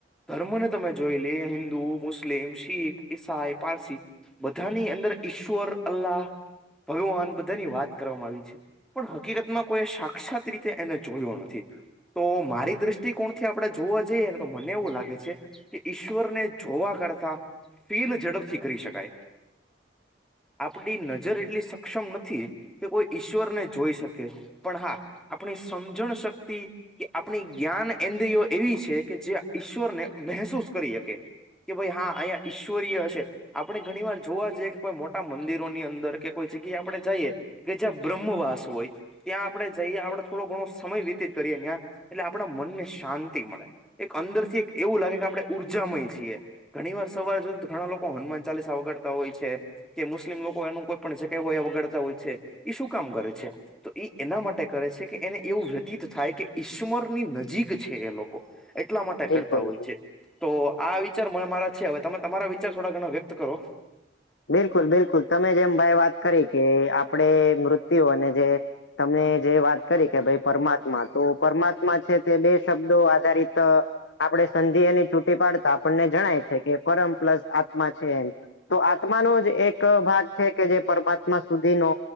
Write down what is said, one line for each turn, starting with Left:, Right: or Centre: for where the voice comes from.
Centre: ધર્મને તમે જોઈ લે હિન્દુ મુસ્લિમ, શીખ, ઈસાઈ, પારસી બધાની અંદર ઈશ્વર અલ્લાહ ભગવાન બધાની વાત કરવામાં આવી છે પણ હકીકતમાં કોઈ સાક્ષાત રીતે એને જોયો નથી તો મારી દ્રષ્ટિકોણથી આપણે જોવા જઈએ ને તો મને એવું લાગે છે કે ઈશ્વરને જોવા કરતા, ફીલ ઝડપથી કરી શકાય. આપડી નજર એટલી સક્ષમ નથી. કે કોઈ ઈશ્વર ને જોઈ શકે, પણ હા આપણી સમજણ શક્તિ કે આપણી જ્ઞાન એન્દ્રિયો એવી છે કે, જે ઈશ્વરને મહેસૂસ કરી શકે. કે ભાઈ હા અહીંયા ઈશ્વરીય છે. આપણે ઘણી વાર જોવા જઈએ, કે કોઈ મોટા મંદિરોની અંદર કે કોઈ જગ્યાએ આપણે જઈએ કે જ્યાં બ્રહ્મવાસ હોય ત્યાં આપણે જઈએ આપડ થોડો ઘણો સમય વીતિત કરીએ ત્યાં, એટલે આપણા મનને શાંતિ મળે. એક અંદર થી એક એવું લાગે કે આપડે ઉર્જામય છીએ. ઘણી વાર સવાર જોતો, તો ઘણા લોકો હનુમાન ચાલીસા આવગડતા હોય છે. કે મુસ્લિમ લોકો એનું કોઈ પણ જગ્યા હોય વગડતા હોય છે, એ શું કામ કરે છે? તો ઇ એના માટે કરે છે કે એને એવું વ્યતીત થાય કે ઈશ્મરની નજીક છે એ લોકો, એટલા માટે
Left: બિલકુલ
Centre: કરતા હોય છે. તો આ વિચાર માર મારા છે, હવે તમે તમારા વિચાર થોડા ઘણા વ્યક્ત કરો.
Left: બિલકુલ બિલકુલ, તમે જેમ ભાઈ વાત કરી કે આપણે મૃત્યુને જે તમને જે વાત કરી કે ભાઈ, પરમાત્મા તો પરમાત્મા છે તે બે શબ્દો આધારિત આપણે સંધિયે ની છૂટી પાડતા આપણને જણાય છે કે પરમ પ્લસ આત્મા છે એમ તો આ ત્મા નો જ એક ભાગ છે કે જે પરમાત્મા સુધીનો